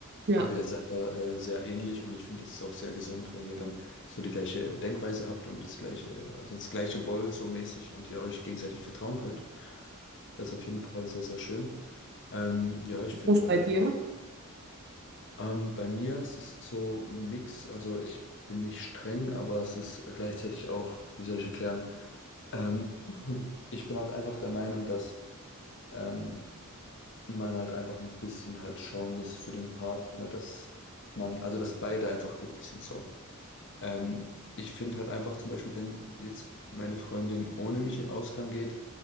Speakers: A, on the right; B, on the left.
A: Ja,
B: Aber ihr seid da äh, sehr ähnlich und ich finde, das ist auch sehr gesund, wenn ihr dann so die gleiche Denkweise habt und das gleiche, also das gleiche wollt so mäßig und ihr euch gegenseitig vertrauen könnt. Das ist auf jeden Fall sehr, sehr schön. Ähm, ja, ich finde
A: das bei
B: halt einfach,
A: dir.
B: ähm, bei mir ist es so ein Mix. Also ich bin nicht streng, aber es ist gleichzeitig auch, wie soll ich erklären, ähm, <clears throat> ich bin halt einfach der Meinung, dass ähm, man halt einfach ein bisschen halt schauen muss für den Partner, dass man, also dass beide einfach glücklich sind so. Ähm, ich finde halt einfach zum Beispiel, wenn jetzt meine Freundin ohne mich in den Ausgang geht,